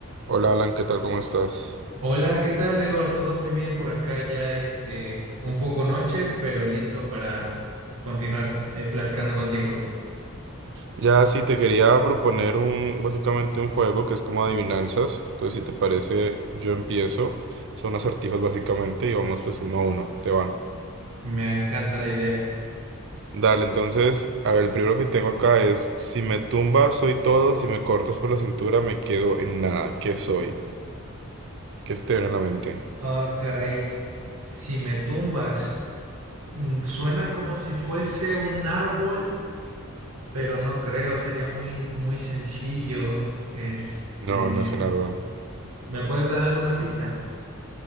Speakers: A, on the right; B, on the right.
A: Hola Alan, ¿qué tal? ¿Cómo estás?
B: Hola, ¿qué tal, Eduardo? Todo muy bien por acá, ya este, un poco noche, pero listo para continuar eh, platicando contigo.
A: Ya sí te quería proponer un, básicamente un juego que es como adivinanzas. Entonces, si te parece, yo empiezo. Son acertijos básicamente y vamos pues uno a uno. Te va.
B: Me encanta la idea.
A: Dale, entonces, a ver, el primero que tengo acá es, si me tumbas soy todo, si me cortas por la cintura me quedo en nada. ¿Qué soy? ¿Qué se te viene a la mente?
B: Ah, caray, si me tumbas, mm, suena como si fuese un árbol, pero no creo, sería muy, muy sencillo. Este,
A: No, no es un árbol.
B: ¿me puedes dar alguna pista?